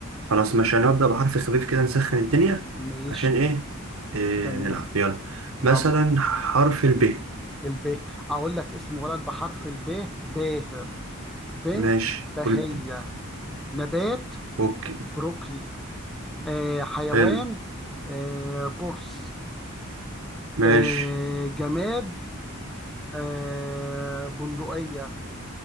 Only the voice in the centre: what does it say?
ماشي
تمام
يلا
الب اقول لك اسم ولد بحرف الب باهر بنت
بهية
نبات
بروكلي آه حيوان
آه برص
آه جماد آه بندقية